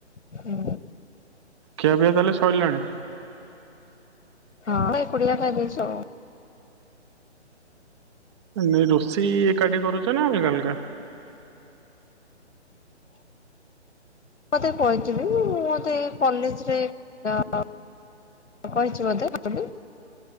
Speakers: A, on the left; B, on the right.
A: ହୁଁ।
B: ଖିଆ ପିଆ ତାହେଲେ ସଇଲାଣି।
A: ହଁ। ପୁଡିଆ ଖାଇଦେଇଛ ଆଉ।
B: ନାଇ ରୋଷେଇ ଏକାଠି କରୁଛ ନା ଅଲଗା ଅଲଗା।
A: ମୋତେ କହିଥିବି ମୁଁ ତ ଏ କଲେଜରେ ଅ କହିଛି ବୋଧେ ଆପଣଙ୍କୁ।